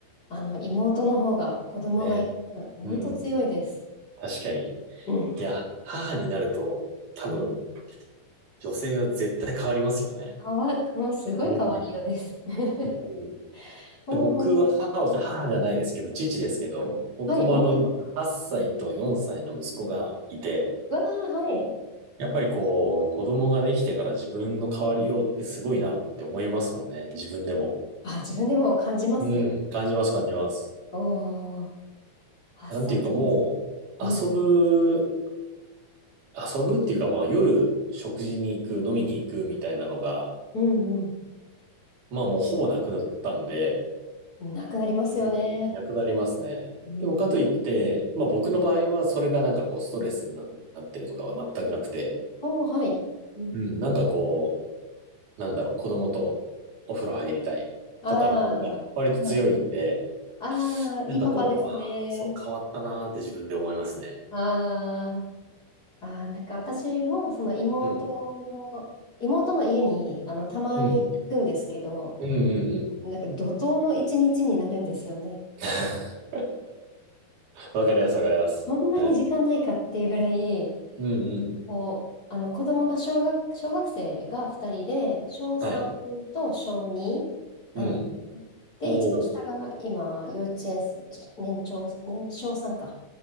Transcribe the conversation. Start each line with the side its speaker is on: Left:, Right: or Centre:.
Left: あの、妹の方が子供がいる、
Right: ねえ
Left: 本当強いです。
Right: うん。確かに。
Left: うん。
Right: いや、母になると、多分、
Left: うん
Right: 女性は絶対変わりますよね。
Left: かわ、もうすごい変わりようです。
Right: うん。
Left: <laughs>
Right: うん
Left: もう本当に。
Right: で僕は母をじゃ、母じゃないですけど、父ですけど、僕もあの今8歳と4歳の息子がいて、
Left: はい、おお、うわー、はい。
Right: やっぱりこう子供ができてから自分の変わりようってすごいなって思いますもんね、自分でも。
Left: あ、自分でも感じます。
Right: うん、感じます感じます。
Left: おお、8歳ってことです。
Right: なんていうかもう遊ぶ、
Left: うん、
Right: 遊ぶっていうかまあ夜食事に行く、飲みに行くみたいなのが、
Left: うん、
Right: まあもうほぼなくなったんで、
Left: うん。なくなりますよね。
Right: うん、なくなりますね。
Left: うん
Right: でもかといって、まあ僕の場合はそれがなんかこうストレスになってるとかは全くなくて、
Left: おー、はい。うんうん。
Right: うん、なんかこう、なんだろう、子供とお風呂入りたいとかの方が割と強いんで、
Left: ああ、はい。ああ、
Right: なんかこう、
Left: いいパパですね。
Right: ああ、そう変わったなーって自分で思いますね。
Left: ああ、ああ、なんか私も、その妹の、
Right: うん。
Left: 妹の家に、あの、たまに行くんですけど、
Right: うん。うんうんうん。
Left: なんか怒涛の一日になるんですよね。
Right: <laughs> わかります、わかります。
Left: こんなに時間ないかっていうぐらい、
Right: はい。うんうん。
Left: こう、あの、子供が小学、小学生が2人で、小3と小2なんですね。
Right: はい。うん。
Left: で、
Right: おー。
Left: 一番下が今、幼稚園生、年長、年少さんか。